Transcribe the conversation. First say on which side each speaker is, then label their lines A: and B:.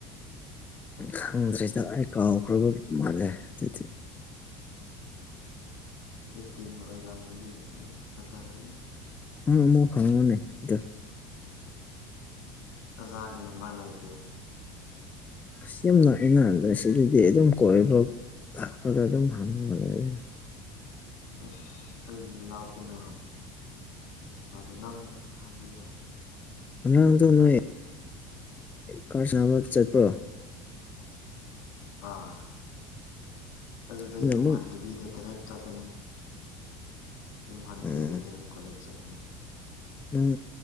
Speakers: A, on the left (about 20°); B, on the left (about 75°).
A: ꯈꯪꯗ꯭ꯔꯤꯗ ꯑꯩ ꯀꯥꯎꯈ꯭ꯔꯕ ꯃꯥꯜꯂꯦ ꯑꯗꯨꯗꯤ
B: ꯇꯤꯟ ꯑꯣꯏꯂꯝꯃꯗꯤ ꯎꯝ ꯐꯖꯔꯅꯤ
A: <unintelligible>
B: ꯑꯣꯖꯥꯒꯤ ꯅꯝꯕꯔ ꯂꯩꯇꯦ
A: ꯁꯤ ꯌꯥꯝꯅ ꯑꯩꯅꯗ <unintelligible> ꯑꯗꯨꯝ ꯀꯣꯏꯕ ꯂꯥꯛꯄꯗ ꯑꯗꯨꯝ ꯍꯪꯕ ꯂꯩ
B: ꯑꯁ ꯑꯩꯗꯤ ꯂꯥꯞꯄꯦꯅ ꯌꯥꯝ ꯂꯥꯞꯄꯦ ꯅꯪ ꯍꯪꯕꯤꯌꯣ
A: ꯑꯉꯥꯡꯗ ꯅꯣꯏ ꯀꯔ ꯁꯥꯟꯅꯕ ꯆꯠꯄ꯭ꯔꯣ
B: ꯑꯥ ꯑꯗꯨꯗ
A: ꯑꯗꯨꯅ
B: ꯌꯨꯝ
A: ꯑꯃꯨꯛ
B: ꯍꯟꯗꯨꯕꯤꯗ ꯗꯥꯏꯔꯦꯛ ꯆꯠꯀꯅꯦ ꯌꯨꯝ ꯍꯟꯗꯕꯤꯗ
A: ꯎꯝ
B: ꯗꯥꯢꯔꯦꯛ ꯀꯣꯂꯦꯖ ꯆꯠꯄꯅꯦ
A: ꯅꯪ